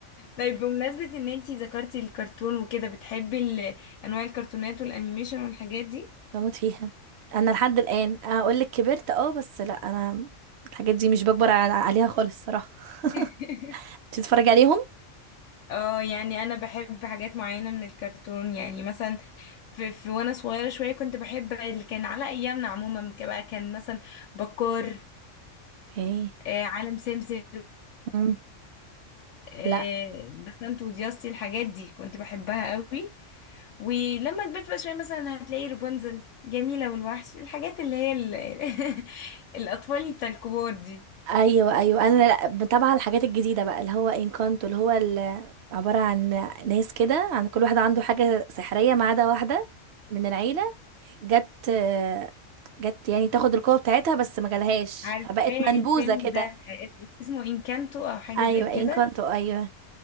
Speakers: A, on the left; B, on the right.
A: طيب بمناسبة ان انتي ذكرتي الكرتون وكده بتحبي ال- انواع الكرتونات والانيميشن والحاجات دي
B: بموت فيها انا لحد الان اقول لك كبرت اه بس لا انا الحاجات دي مش بكبر على- عليها خالص صراحه <laughs>
A: <laughs>
B: تتفرج عليهم
A: اه يعني انا بحب حاجات معينة من الكرتون يعني مثلا في, في وانا صغيرة شوية كنت بحب اللي كان على ايامنا عموما ك- بقى كان مثلا بكار
B: اوكي
A: آه، عالم سمسم
B: مم.
A: آه،
B: لا
A: بسنت ودياستي الحاجات دي كنت بحبها قوي ولما كبرت بقى شوية مثلا هتلاقي رابنزل جميلة والوحش الحاجات اللي هي ال... <laughs> الأطفال بتاع الكبار دي
B: ايوه ايوه انا لا متابعه الحاجات الجديده بقى اللي هو انكانتو اللي هو ال- عباره عن ناس كده عن كل واحد عنده حاجه سحريه ما عدا واحده من العيله جت جت يعني تاخد القوه بتاعتها بس ما جالهاش
A: عارفاه
B: فبقت منبوذه
A: الفيلم
B: كده
A: ده اسمه إنكانتو أو حاجة
B: ايوه
A: زي كده
B: انكانتو ايوه